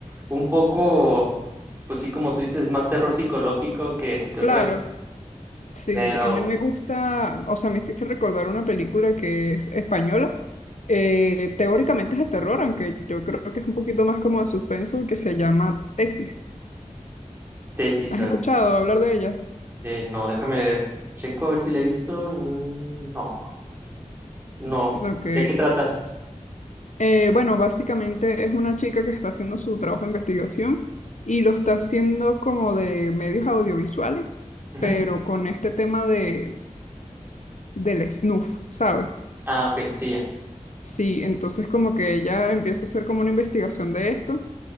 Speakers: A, on the right; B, on the left.
A: un poco, pues sí, como tú dices, más terror psicológico que, que
B: claro.
A: otra cosa,
B: Sí,
A: pero
B: a mí me gusta, o sea, me hiciste recordar una película que es española. eh, teóricamente es de terror, aunque yo creo que es un poquito más como de suspenso, que se llama Tesis.
A: tesis,
B: ¿Has
A: a
B: escuchado
A: ver,
B: hablar de ella?
A: eh, no, déjame, checo a ver si la he visto, no, no,
B: Ok.
A: ¿de qué trata?
B: Eh, bueno, básicamente es una chica que está haciendo su trabajo de investigación y lo está haciendo como de medios audiovisuales,
A: Ujú.
B: pero con este tema de, del snuff, ¿sabes?
A: Ah, ok, sí, ya.
B: Sí, entonces como que ella empieza a hacer como una investigación de esto